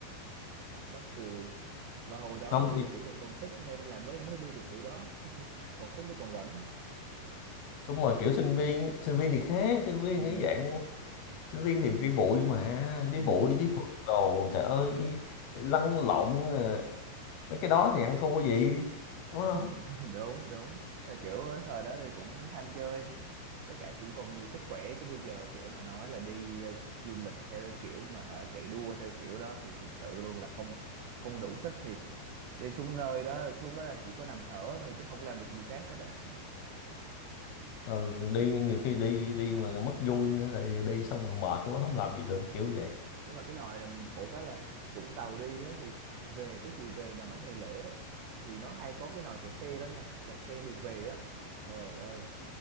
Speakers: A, on the right; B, on the left.
A: mắc cười mà hồi đó
B: không
A: thì
B: thì
A: kiểu còn còn sức nên là mới mới đi được kiểu đó <laughs> còn sức với còn rảnh
B: đúng rồi kiểu sinh viên sinh viên thì khác sinh viên
A: ừ
B: thì dạng sinh viên thì đi bụi mà đi
A: ừ
B: bụi đi phượt đồ trời ơi lăn lộn ờ, mấy cái đó thì ăn thua gì đúng không
A: <laughs> đúng đúng là kiểu ờ, thời đó thì cũng ham chơi với cả cũng còn nhiều sức khỏe chứ bây giờ kiểu mà nói là đi ờ, du lịch theo cái kiểu mà hả chạy đua theo kiểu đó thì thiệt sự luôn là không không đủ sức thiệt đi xuống nơi đó xuống đó là chỉ có nằm thở thôi chứ không làm được gì khác hết á
B: rồi đi nhiều khi đi đi mà mất vui nữa lại đi xong rồi mệt quá không làm gì
A: ừ
B: được kiểu vậy
A: nhưng mà cái nồi là khổ cái là Vũng Tàu đi á thì về cái chiều về mà mấy ngày lễ ấy, thì nó hay có cái nồi kẹt xe lắm nha kẹt xe được về á trời ơi